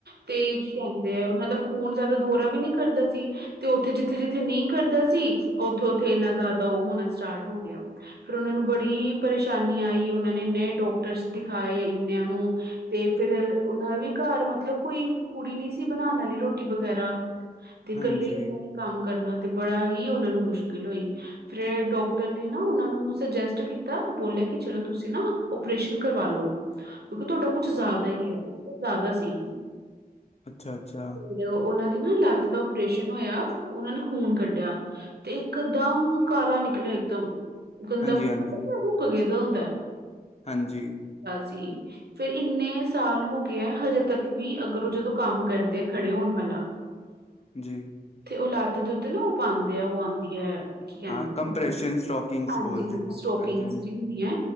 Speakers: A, on the right; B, on the left.
A: ਤੇ ਕੀ ਕਹਿੰਦੇ ਆ ਉਹਨਾਂ ਦਾ ਖੂਨ ਜ਼ਿਆਦਾ ਦੌਰਾ ਵੀ ਨਹੀਂ ਕਰਦਾ ਸੀ, ਤੇ ਉੱਥੇ ਜਿੱਥੇ-ਜਿੱਥੇ ਨਹੀਂ ਕਰਦਾ ਸੀ, ਉੱਥੇ-ਉੱਥੇ ਇੰਨਾ ਜ਼ਿਆਦਾ ਉਹ ਹੋਣਾ ਸਟਾਰਟ ਹੋਗਿਆ। ਫਿਰ ਉਹਨਾਂ ਨੂੰ ਬੜੀ ਪਰੇਸ਼ਾਨੀ ਆਈ, ਉਹਨਾਂ ਨੇ ਇੰਨੇ ਡਾਕਟਰਸ ਦਿਖਾਏ ਇੰਨਿਆਂ ਨੂੰ ਤੇ ਫੇਰ, ਉਹਨਾਂ ਵੀ ਘਰ ਮਤਲਬ ਕੋਈ ਕੁੜੀ ਨੀ ਸੀ ਬਣਾਣ ਵਾਲੀ ਰੋਟੀ ਵਗੈਰਾ। ਤੇ ਇਕੱਲੇ
B: ਹਾਂਜੀ
A: ਉਹਨਾਂ ਨੇ ਕੰਮ ਕਰਨਾ, ਤੇ ਬੜਾ ਹੀ ਉਹਨਾ ਨੂੰ ਮੁਸ਼ਕਿਲ ਹੋਈ। ਫਿਰ ਡਾਕਟਰ ਨੇ ਨਾ ਉਹਨਾਂ ਨੂੰ, ਸੁਜੈਸਟ ਕੀਤਾ ਬੋਲੇ ਕਿ ਚਲੋ ਤੁਸੀਂ ਨਾ ਓਪਰੇਸ਼ਨ ਕਰਵਾਲੋ, ਕਿਉਂਕਿ ਤੁਹਾਡਾ ਕੁਛ ਜ਼ਿਆਦਾ ਹੀ ਹੈ, ਉਹ ਜ਼ਿਆਦਾ ਸੀ
B: ਅੱਛਾ-ਅੱਛਾ।
A: ਤੇ ਉਹਨਾਂ ਦੀ ਨਾ ਲੱਤ ਦਾ ਓਪਰੇਸ਼ਨ ਹੋਇਆ, ਉਹਨਾਂ ਨੇ ਖੂਨ ਕੱਢਿਆ। ਤੇ ਇਕਦਮ ਕਾਲਾ ਨਿਕਲਿਆ, ਇੱਕਦਮ। ਗੰਦਾ
B: ਹਾਂਜੀ
A: ਖੁਨ
B: ਹਾਂਜੀ
A: ਹੁੰਦਾ, ਜਿਹੜਾ ਰੁੱਕ ਗੇਦਾ ਹੁੰਦਾ।
B: ਹਾਂਜੀ।
A: ਗਾ ਸੀ ਫਿਰ ਇੰਨੇ ਸਾਲ ਹੋ ਗਏ ਆਂ, ਹਜੇ ਤੱਕ ਵੀ ਅਗਰ ਉਹ ਜਦੋਂ ਕੰਮ ਕਰਦੇ ਆ ਖੜੇ ਹੋਣ ਵਾਲਾ। ਹਮ <inaudible>
B: ਜੀ।
A: ਤੇ ਉਹ ਲੱਤ ਦੇ ਉੱਤੇ ਨਾ ਉਹ ਪਾਂਦੇ ਆ, ਉਹ ਆਂਦੀ ਐ ਕੀ ਕਹਿੰਦੇ
B: ਹਾਂ
A: ਨੇ,
B: ਕੰਪ੍ਰੈਸ਼ਨ ਸਟੋਕਿੰਗਸ
A: ਹਾਂਜੀ-ਹਾਂਜੀ,
B: ਬੋਲਦੇ ਨੇ
A: ਸਟੋਕਿੰਗਸ
B: ਹਾਂਜੀ ਹਾਂਜੀ
A: ਜੀ ਹੁੰਦੀਆ,